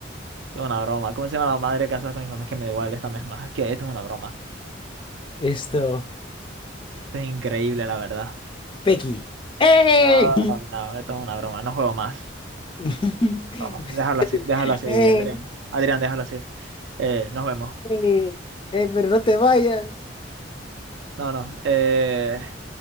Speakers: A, on the right; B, on the left.
A: Esto es una broma. ¿Cómo se llama la madre casada con mi mamá? Es que me da igual esta misma. Es que esto es una broma.
B: Esto.
A: Esto es increíble, la verdad.
B: Peggy. ¡Eh!
A: No, no, no, esto es una broma. No juego más.
B: <laughs>
A: broma déjalo así, déjalo así,
B: Eh,
A: Adrián. Adrián, déjalo así. Eh, nos vemos.
B: eh, eh, pero no te vayas.
A: No, no. Eh...